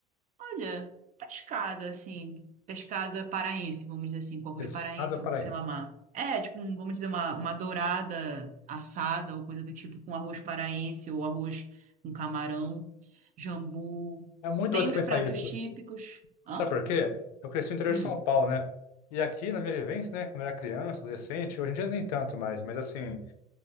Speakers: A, on the right (about 40°); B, on the left (about 75°).
A: Olha, pescada, assim, pescada paraense, vamos dizer assim, com alguns
B: Pescada
A: paraense, um-
B: paraense.
A: sei lá, uma. É, tipo, um- vamos dizer, uma, uma dourada assada ou coisa do tipo, com arroz paraense ou arroz com camarão, jambu.
B: É muito
A: Tem
B: doido
A: os
B: pensar
A: pratos
B: isso.
A: típicos. Hã?
B: Sabe por quê? Eu cresci no interior
A: Hum,
B: de São Paulo, né? E aqui, na minha vivência, né, quando eu era criança, adolescente, hoje em dia nem tanto mais, mas assim.